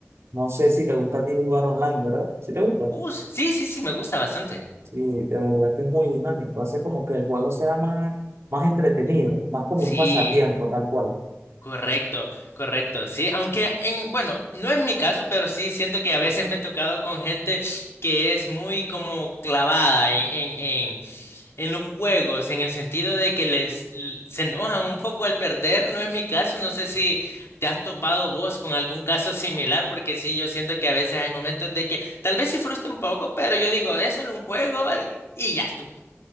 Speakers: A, on the right; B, on the left.
A: No sé si te gusta a ti jugar online, ¿verdad? Si te gusta.
B: Uh, sí, sí, sí, me gusta bastante.
A: Sí, de verdad que es muy dinámico, hace como que el juego sea más, más entretenido, más como
B: Sí.
A: un pasatiempo, tal cual.
B: Correcto, correcto, sí, aunque en, bueno, no es mi caso, pero sí siento que a veces me he tocado con gente que es muy como clavada en, en, en, en los juegos, en el sentido de que les l- se enojan un poco al perder, no es mi caso, no sé si te has topado vos con algún caso similar, porque sí, yo siento que a veces hay momentos de que tal vez sí frustra un poco, pero yo digo, es solo un juego y ya estuvo.